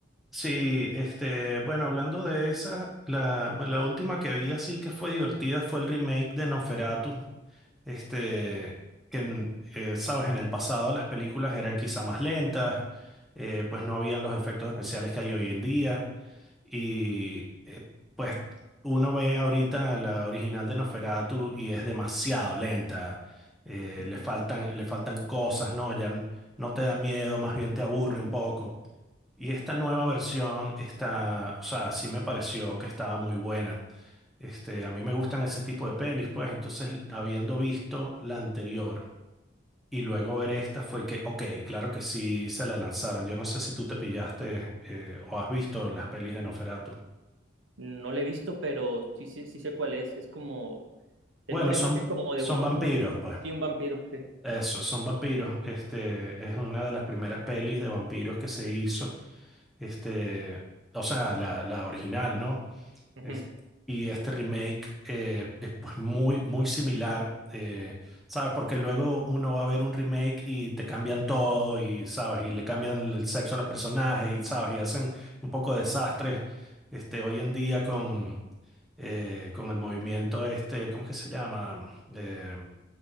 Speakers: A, in the centre; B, on the right (about 80°).
A: Sí, este, bueno, hablando de esa, la, bueno, la última que vi así que fue divertida fue el remake de Noferatu. Este, que, en- eh, sabes, en el pasado las películas eran quizá más lentas, eh, pues no habían los efectos especiales que hay hoy en día. Y eh, pues uno ve ahorita la original de Nosferatu y es demasiado lenta. eh,
B: Ujú.
A: le faltan, le faltan cosas, ¿no? Ya n- no te da miedo, más bien te aburre un poco. Y esta nueva versión está, o sea, sí me pareció que estaba muy buena. Este, a mí me gustan ese tipo de pelis, pues entonces habiendo visto la anterior y luego ver esta fue que, ok, claro que sí se la lanzaron. Yo no sé si tú te pillaste eh, o has visto las pelis de Nosferatu.
B: No lo he visto, pero sí, sí, sí sé cuál es. Es como Tengo
A: Bueno,
B: la
A: son,
B: imagen como de
A: son
B: un,
A: vampiros, pues.
B: sí, un vampiro, sí.
A: Eso, son vampiros. Este, es una de las primeras pelis de vampiros que se hizo. Este, o sea, la, la original, ¿no?
B: Ujú.
A: Es- y este remake eh, es pues muy, muy similar. eh, ¿sabes? Porque luego uno va a ver un remake y te cambian todo, y sabes, y le cambian el el sexo a los personajes, y sabes, y hacen un poco de desastres. Este, hoy en día con, eh, con el movimiento este, ¿cómo es que se llama? Eh,